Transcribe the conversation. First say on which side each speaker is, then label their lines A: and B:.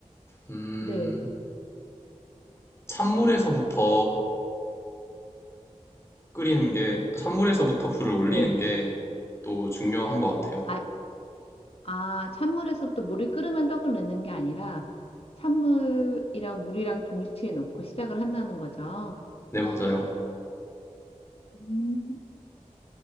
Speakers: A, on the left; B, on the left.
A: 음,
B: 네,
A: 찬물에서부터 끓이는 게 산물에서부터 불을 올리는
B: 네.
A: 게 또 중요한 것 같아요.
B: 아, 아, 찬물에서 또 물이 끓으면 떡을 넣는 게 아니라 찬물이랑 물이랑 동시에 넣고 시작을 한다는 거죠.
A: 네, 맞아요.
B: 음.